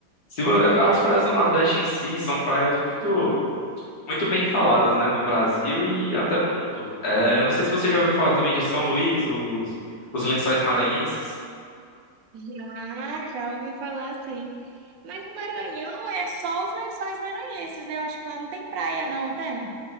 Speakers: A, on the left; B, on the right.
A: se vo- as praias do Nordeste em si são praias muito muito bem faladas, né, no Brasil e até no mundo. É, eu não sei se você já ouviu falar também de São Luís, os, os Lençóis Maranhenses.
B: Já, já ouvi falar assim. Mas o Maranhão é só os lençóis maranhenses, né? Eu acho que lá não tem praia, não, tem?